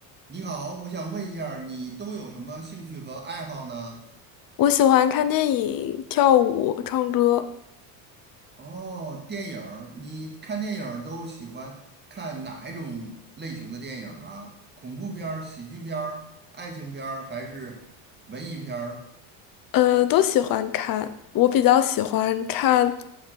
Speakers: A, on the right (about 20°); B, on the left (about 45°).
A: 你好，我想问一下儿你都有什么兴趣和爱好呢？
B: 我喜欢看电影、跳舞、唱歌，
A: 哦，电影儿，你看电影儿都喜欢看哪一种类型的电影儿啊？恐怖片儿、喜剧片儿、爱情片儿，还是文艺片儿？
B: 呃，都喜欢看。我比较喜欢看